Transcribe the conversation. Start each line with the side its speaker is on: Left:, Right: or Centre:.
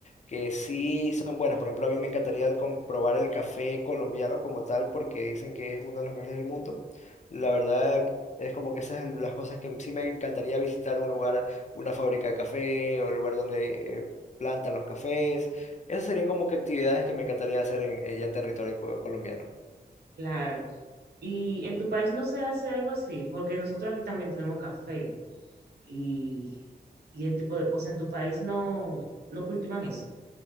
Left: que sí son buenas. Por ejemplo, a mí me encantaría comprobar el café colombiano como tal porque dicen que es uno de los mejores del mundo. La verdad es como que esas son las cosas que sí me encantaría visitar un lugar, una fábrica de café o un lugar donde eh, plantan los cafés. Esas serían como que actividades que me encantaría hacer en, eh, ya en territorio co- colombiano.
Right: Claro. ¿Y en tu país no se hace algo así? Porque nosotros aquí también tenemos café y, y ese tipo de cosas. ¿En tu país no, no cultivan eso?